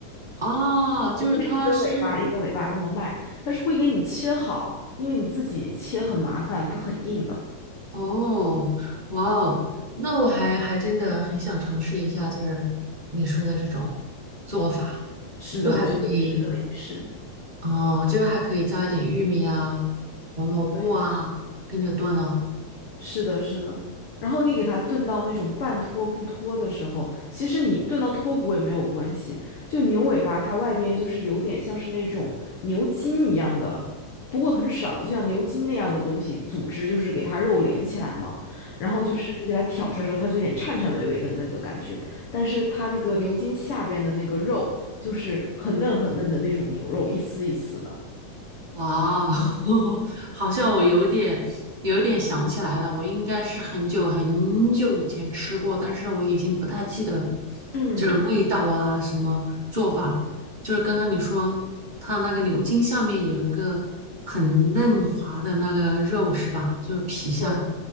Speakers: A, on the right; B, on the left.
A: 哦，就是它是
B: 不是一根尾巴一根尾巴这么卖，它是会给你切好，因为你自己切很麻烦，它很硬的。
A: 哦，哇哦，那我还还真的很想尝试一下，就是你说的这种做法，
B: 是的，
A: 就还可以
B: 我觉得值得一试。
A: 哦，就是还可以加一点玉米啊、红萝卜啊，
B: 对。
A: 跟着炖啊。
B: 是的，是的。然后你给它炖到那种半脱不脱的时候，其实你炖到脱骨也没有关系。就牛尾巴，它外边就是有点像是那种牛筋一样的，不过很少，就像牛筋那样的东西组织，就是给它肉连起来嘛。然后就是你给它挑出来的时候，
A: 哦，
B: 它就有点颤颤巍巍的那个感觉，但是它那个牛筋下边的那个肉就是很嫩很嫩的那种牛肉，一丝一丝的。
A: 哇哦，<laughs> 好像我有点有点想起来了，我应该是很久很久以前吃过，但是我已经不大记得
B: 嗯，
A: 就是味道啊，什么做法。就是刚刚你说它那个牛筋下面有一个很嫩滑的那个肉是吧？就是皮下，
B: 对。